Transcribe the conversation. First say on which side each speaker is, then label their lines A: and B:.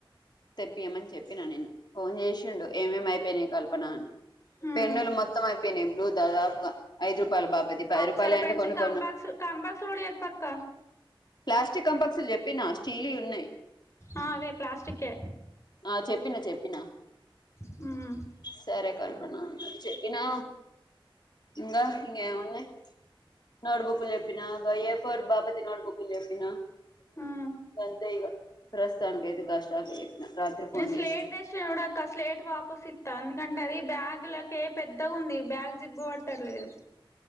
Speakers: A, on the left; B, on the left.
A: తెప్పియమని చెప్పిన నిన్న. ఫోన్ చేసిండు ఏమేమి అయిపోయినయి కల్పన అని
B: హ్మ్
A: పెన్నులు మొత్తం అయిపోయినాయి బ్లూ దాదాపుగా ఐదు రూపా రూపాల బాపది పది
B: అప్సర
A: రూపాయలు అంటే
B: పెన్సిల్
A: కొన్ని
B: కాంబాక్స్
A: కొన్నీ
B: కాంబాక్స్ కూడా చెప్పక్క
A: ప్లాస్టిక్ కంపక్స్లు చెప్పిన స్టీల్ ఉన్నాయి
B: ఆ అవే ప్లాస్టిక్ ఏ
A: ఆ చెప్పిన చెప్పిన
B: హ్మ్
A: సరే కల్పన అన్నది చెప్పినా ఇంకా ఇంకా ఏమున్నాయి నోట్బుక్లు చెప్పినా ఏపర్ బాపతి నోట్బుక్లు చెప్పినా
B: హ్మ్
A: గంతే ఇగ ప్రస్తుతాని కైతే గా స్టాకే చెప్పిన రాత్రి ఫోన్
B: న స్లేట్
A: చేసిండు
B: దేచ్ ఇచ్చిన కూడా అక్క స్లేటు వాపస్ ఇస్తా ఎందుకంటే అది బ్యాగ్లకే పెద్దగా ఉంది బ్యాగ్ జిబ్బ పట్టర్లేదు